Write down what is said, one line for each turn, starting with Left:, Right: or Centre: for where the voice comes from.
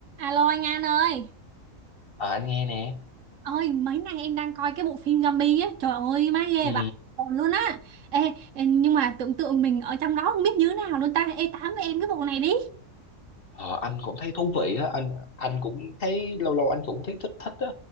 Right: Alo anh An ơi
Left: Ờ, anh nghe nè.
Right: Ôi mấy nay em đang coi cái bộ phim zombie ấy Trời ơi má ghê
Left: Ừ.
Right: vậy Còn luôn á Ê, ê, nhưng mà tưởng tượng mình ở trong đó không biết như thế nào luôn ta Ê tám với em cái bộ này đi
Left: Ờ, anh cũng thấy thú vị á, anh anh cũng thấy lâu lâu anh cũng thấy thích thích á.